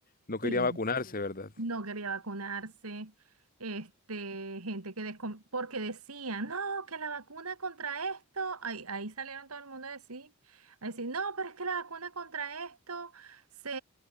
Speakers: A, on the left; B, on the right.
A: no quería
B: Sí,
A: vacunarse, ¿verdad?
B: no quería vacunarse, este, gente que descon- porque decían, no, que la vacuna contra esto, ahí, ahí salieron todo el mundo a decir, a decir, no, pero es que la vacuna contra esto, se,